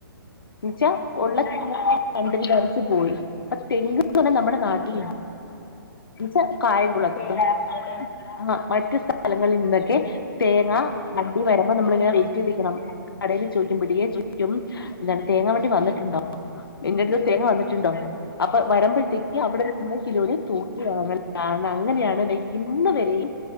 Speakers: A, on the left; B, on the left.
A: എന്നച്ചാ
B: ആ
A: ഉള്ള തെങ്ങ് കണ്ടിൽ ധരിച്ചച്ച് പോയി അപ്പൊ തെങ്ങ് തെ നമ്മുടെ നാട്ടിൽ
B: ആ ആ
A: ഇജ് കായംകുളത്തും
B: ആ കേടൊന്നുല്ലേ
A: ആ മറ്റ സ്ഥലങ്ങളിൽ നിന്നൊക്കെ തേങ്ങ ആട്ടി വര നമ്മള ഇങ്ങനെ വെറ്റ് ചെയ്ണം കടയിൽ ചോദിക്കും പിടിയെ ചോദിക്കും എന്താണ് തേങ്ങാ വണ്ടി വന്നിട്ടുണ്ടോ എന്റെ അടുത്തും തേങ്ങ വന്നിട്ടുണ്ടോ
B: ആ ആ
A: അപ്പൊ വരുമ്പോഴത്തേക്ക്
B: ആ
A: അവിടെ നമ്മള് കിലോ തൂക്കി അങ്ങനാണ് അങ്ങനെയാണ്ല്ല ഇന്ന് വരെയും